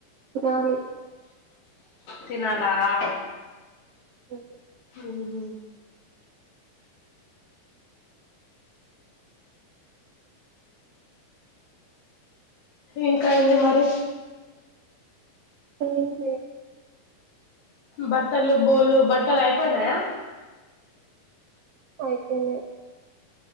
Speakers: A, on the right; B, on the left.
A: తినాలి
B: తినాల
A: హ్మ్
B: ఉహ్మ ఇంక ఏంది మరి
A: ఏమి లే
B: బట్టలు బోల్లు బట్టలు అయిపోయినయా
A: అయిపేనాయ్